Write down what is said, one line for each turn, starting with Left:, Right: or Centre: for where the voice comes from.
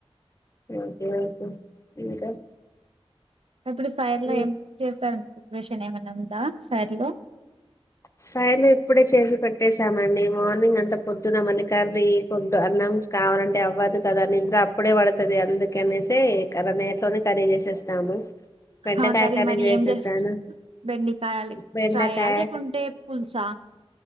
Left: Okay okay ఇంకా
Right: ఇప్పుడు సైడ్ లో
Left: ఉమ్.
Right: ఏం చేస్తా ప్రిపరేషన్ ఏమన్నా ఉందా సైడ్లో
Left: సైడ్ల ఇప్పుడే చేసి పెట్టేసామండి. మార్నింగ్ అంత పొద్దున మల్లీ కర్రీ పొద్దు అన్నం కావాలంటే అవ్వదు కదా నిద్ర అప్పుడే పడుతది అందుక అనేసి నైట్లోనే కర్రీ చేసేస్తాము. బెండకాయ
Right: ఆ కర్రి
Left: కర్రీ
Right: మరి
Left: చేసేసాను
Right: ఏం చేస్త బెండి కాయాలి
Left: బెండకాయ
Right: ఫ్రై ఆ లేకుంటే పుల్సా.